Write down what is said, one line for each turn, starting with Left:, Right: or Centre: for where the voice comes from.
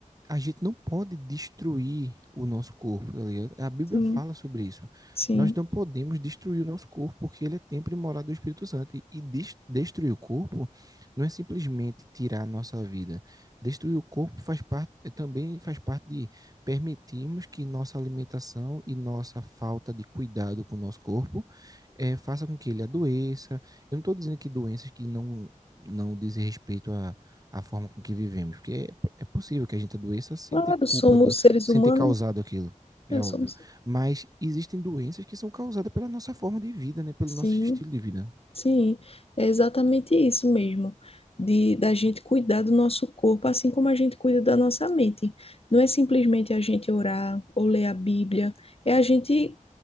Right: a gente não pode destruir o nosso corpo, tá ligado? A Bíblia
Left: Sim,
Right: fala sobre isso.
Left: sim.
Right: Nós não podemos destruir o nosso corpo, porque ele é templo e morada do Espírito Santo. E, e des- destruir o corpo não é simplesmente tirar a nossa vida. Destruir o corpo faz parte, eh, também faz parte de permitirmos que nossa alimentação e nossa falta de cuidado com o nosso corpo eh, faça com que ele adoeça. Eu não estou dizendo que doenças que não, não dizem respeito a a forma com que vivemos, porque é, é possível que a gente adoeça sem
Left: Claro,
Right: ter culpa,
Left: somos
Right: do,
Left: seres
Right: sem
Left: humanos,
Right: ter causado aquilo, é
Left: né?
Right: óbvio.
Left: somos.
Right: Mas existem doenças que são causadas pela nossa forma de vida, né? Pelo
Left: Sim,
Right: nosso estilo de vida.
Left: sim, é exatamente isso mesmo, de da gente cuidar do nosso corpo, assim como a gente cuida da nossa mente. Não é simplesmente a gente orar ou ler a Bíblia, é a gente